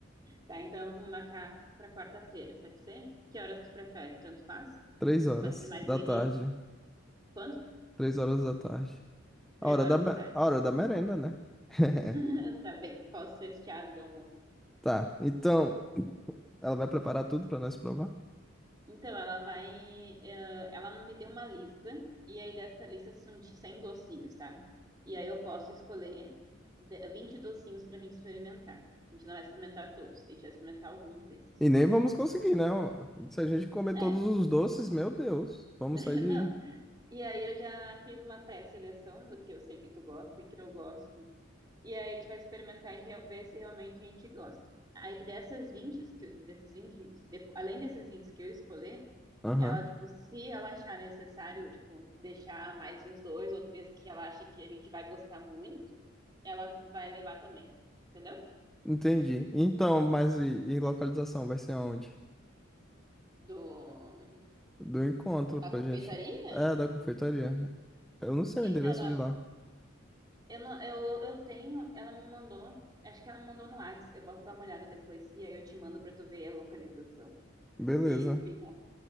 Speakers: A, on the right; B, in the centre.
A: Tá, então vamos marcar para quarta-feira, pode ser? Que horas tu prefere? Tanto faz?
B: Três horas
A: Pode ser mais
B: da
A: no início.
B: tarde.
A: Quando?
B: Três horas da tarde. A
A: Três
B: hora
A: horas
B: da, me-
A: da tarde.
B: a hora da merenda, né? <laughs>
A: <laughs> Tá bem, posso ser estiada do almoço.
B: Tá. Então, ela vai preparar tudo pra nós provar?
A: Então, ela vai. eh, ela me deu uma lista, e aí dessa lista são de 100 docinhos, tá? E aí eu posso escolher de- 20 docinhos pra gente experimentar. A gente não vai experimentar todos, a gente vai experimentar alguns desses.
B: E nem vamos conseguir, né? Se a gente comer
A: É,
B: todos os doces, meu Deus, vamos
A: <laughs>
B: sair
A: não.
B: de.
A: E aí eu já fiz uma pré-seleção do que eu sei que tu gosta e que eu gosto. E aí a gente vai experimentar e re- ver se realmente a gente gosta. Aí dessas 20 que eu- desses vinte depo- além desses 20 que eu escolher,
B: Aham.
A: ela, tipo, se ela achar necessário, tipo, deixar mais uns dois ou três que ela acha que a gente vai gostar muito, ela vai levar também. Entendeu?
B: Entendi. Então, mas e, e localização vai ser onde?
A: Do...
B: Do encontro pra
A: A confeitaria?
B: gente. É, da confeitaria. Eu não sei
A: Então,
B: o endereço
A: ela,
B: de lá.
A: eu, não, eu, eu tenho, ela me mandou, acho que ela me mandou no Whats, eu posso dar uma olhada depois, e aí eu te mando pra tu ver a localização.
B: Beleza,
A: Se fica